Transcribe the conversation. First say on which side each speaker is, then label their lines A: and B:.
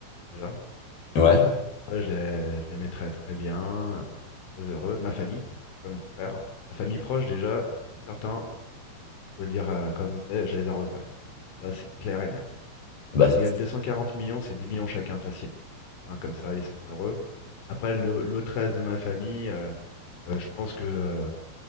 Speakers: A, on the left (about 85°); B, on the left (about 55°).
A: déjà.
B: Ouais,
A: Ouais, je les, je les mettrais très bien, euh, qu'ils soient très heureux. Ma famille, comme mon frère, ma famille proche déjà, c'est certain, faut le dire euh, comme c'est, je les arroserai. Ça, c'est clair et net.
B: bah
A: Si
B: c'est
A: je gagne 240 millions, c'est 10 millions chacun facile. Hein, comme ça, ils sont heureux. Après, le- l'autre reste de ma famille, euh, euh, je pense que euh,